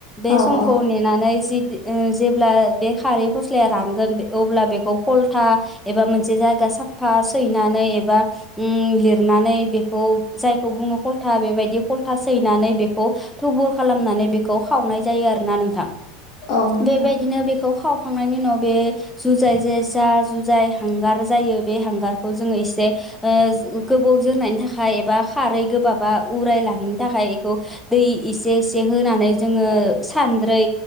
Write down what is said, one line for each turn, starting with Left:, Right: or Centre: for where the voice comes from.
Centre: बे
Left: औ
Centre: समखौ
Left: औ
Centre: नेनानै जि इ ओ जेब्ला बे खारै फस्लाया रानगोन दे अब्ला बेखौ खलथा एबा मोनसे जायगा सा फा सैनानै एबा उम लिरनानै बेखौ जायखौ बुङो कलथा बेबायदि खलथा सैनानै बेखौ थुबुर खालामनानै बेखौ खावनाय जायो आरोना नोंथां।
Left: औ नोंथां
Centre: बेबायदिनो बे खौ खावखांनायनि उनाव बे जुजाय जाय जा जुजाय हांगार जायो। बे हांगारखौ जोङो एसे ओ जो गोबौ जोरनायनि थाखाय एबा खारै गोबाबा उराय लाङिनि थाखाय एखौ दै एसे एसे होनानै जोङो सानद्रै